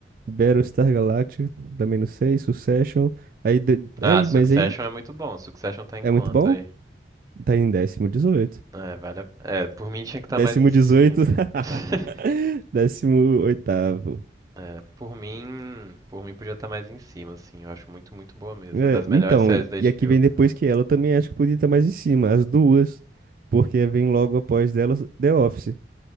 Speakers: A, on the right; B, on the right.
A: Battlestar Galactica, também não sei. Succession. Aí, de- aí,
B: Ah, Succession
A: mas aí
B: é muito bom. Succession tá em
A: é
B: quanto
A: muito bom?
B: aí?
A: Tá em décimo 18.
B: É, vale a... É, por mim tinha que estar
A: Décimo
B: mais em cima.
A: 18. <laughs>
B: <laughs>
A: Décimo oitavo.
B: É, por mim. Por mim podia estar mais em cima, assim. Eu acho muito, muito boa mesmo.
A: É,
B: É das melhores
A: então,
B: séries da HBO.
A: e aqui vem depois que ela também acho que podia estar mais em cima. As duas. Porque vem logo após delas The Office.